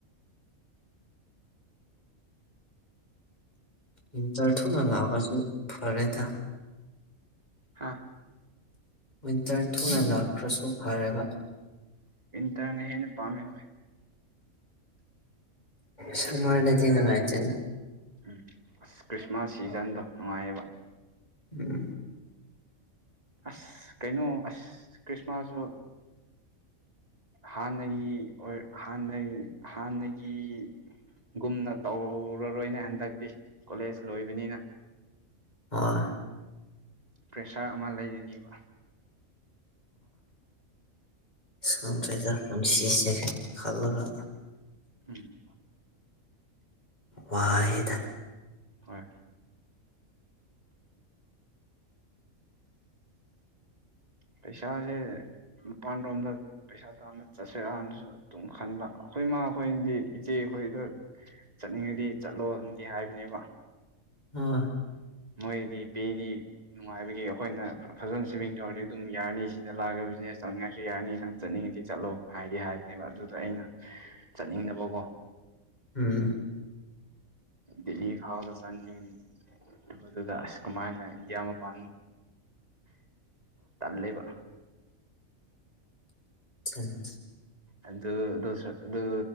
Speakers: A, on the left; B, on the right.
A: ꯏꯟꯇꯔ ꯊꯨꯅ ꯂꯥꯛꯑꯒꯁꯨ ꯐꯔꯦꯗ
B: ꯍꯥ
A: ꯋꯤꯟꯇꯔ ꯊꯨꯅ ꯂꯥꯛꯈ꯭ꯔꯁꯨ ꯐꯔꯒ
B: ꯇꯔ ꯍꯦꯅ ꯄꯝ ꯍ
A: ꯁꯃꯔ ꯆꯅ ꯍꯥꯏ ꯆ
B: ꯎꯝ ꯈ꯭ꯔꯤꯁꯃꯥꯁ ꯁꯤꯖꯟꯗꯣ ꯅꯨꯡꯉꯥꯏꯌꯦꯕ
A: ꯎꯝ
B: ꯑꯁ ꯀꯩꯅꯣ ꯑꯁ ꯈ꯭ꯔꯤꯁꯃꯥꯁꯁꯨ ꯍꯥꯟꯅꯒꯤ ꯑꯣꯏ ꯍꯥꯟꯅꯒꯤ ꯍꯥꯟꯅꯒꯤ ꯒꯤ ꯒꯨꯝꯅ ꯇꯧꯔꯔꯣꯏꯅꯦ ꯍꯟꯗꯛꯇꯤ ꯀꯣꯂꯦꯖ ꯂꯣꯏꯕꯅꯤꯅ
A: ꯑ
B: ꯄ꯭ꯔꯦꯁꯔ ꯑꯃ ꯂꯩꯔꯅꯦꯕ
A: ꯁ꯭ꯔꯗ ꯄꯨꯟꯁꯤ ꯈꯜꯂ
B: ꯎꯝ
A: ꯋꯥꯌꯦꯦꯗ
B: ꯍꯣꯏ ꯄꯩꯁꯥꯁꯦ ꯅꯤꯄꯥꯜ ꯔꯣꯝꯗ ꯄꯩꯁꯥ ꯇꯥꯅ ꯆꯠꯁꯤꯔꯛꯅꯁꯨ ꯑꯗꯨꯝ ꯈꯟꯕ ꯑꯩꯈꯣꯏ ꯏꯃꯥ ꯑꯩꯈꯣꯏꯗꯤ ꯏꯆꯦꯈꯣꯏꯗ ꯆꯠꯅꯤꯡꯉꯗꯤ ꯆꯠꯂꯣꯗꯤ ꯍꯥꯏꯕꯅꯦꯕ
A: ꯑ
B: ꯃꯣꯏꯗꯤ ꯄꯦꯗꯤ ꯅꯨꯡꯉꯥꯏꯕꯒꯤ ꯑꯩꯈꯣꯏꯅ ꯐꯖꯅ ꯁꯦꯚꯤꯡ ꯇꯧꯔꯗꯤ ꯑꯗꯨꯝ ꯌꯥꯔꯅꯤ ꯁꯤꯗ ꯂꯥꯛꯑꯒ ꯕꯤꯖꯤꯅꯦꯁ ꯇꯧꯅꯤꯡꯉꯥꯏꯁꯨ ꯌꯥꯔꯅꯤ ꯅꯪ ꯆꯠꯅꯤꯡꯉꯤꯗꯤ ꯆꯠꯂꯣ ꯍꯥꯏꯗꯤ ꯍꯥꯏꯕꯅꯦꯕ ꯑꯗꯨꯗ ꯑꯩꯅ ꯆꯠꯅꯤꯡꯗꯕꯀꯣ ꯎꯝ
A: ꯎꯝ
B: ꯗ ꯈꯗ ꯔꯟꯅꯤꯡ ꯃꯗꯨꯗ ꯑꯁ ꯀꯃꯥꯏꯅ ꯏꯟꯗꯤꯌꯥ ꯃꯄꯥꯟ ꯇꯟ ꯂꯩꯕ
A: ꯎꯝ
B: ꯑꯗꯨ ꯑꯗꯨꯁꯨ ꯑꯗꯨ